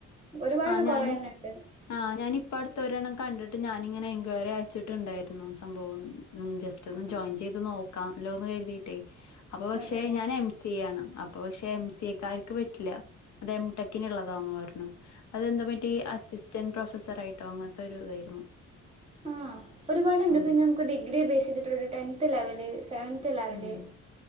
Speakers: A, on the right (about 20°); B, on the left (about 65°).
A: ഒരുപാട്
B: ആ ഞാന്
A: കൊറേ എണ്ണണ്ട്
B: ആ ഞാനിപ്പടുത്ത ഒരെണ്ണം കണ്ടിട്ട് ഞാനിങ്ങനെ എൻക്വയറി അയച്ചിട്ടുണ്ടായിരുന്നു സംഭവം ഉം ജസ്റ്റ് ഒന്ന്
A: ആഹ്
B: ജോയിൻ ചെയ്ത് നോ അ ലോന്ന് കരുതിയിട്ടേ അപ്പൊ പക്ഷെ
A: അതെ അതെ
B: ഞാൻ എം സി എ ആണ് അപ്പൊ പക്ഷെ എം സി എക്കാര്ക്ക് പറ്റില്ല അത് എംടെക്കിനുള്ളതാന്ന് പറഞ്ഞു ഹ് അതെന്ത്‌ പറ്റി അസിസ്റ്റന്റ് പ്രൊഫസർ ആയിട്ടോ അങ്ങനത്തൊരു ഇതായിരുന്നു
A: ആ ഒരുപാടുണ്ട്
B: ഉം
A: പിന്നെ നമുക്ക് ഡിഗ്രി ബേസ് ചെയ്തിട്ടൊരു ടെൻത് ലെവല് സെവൻത് ലെവല്
B: ഉം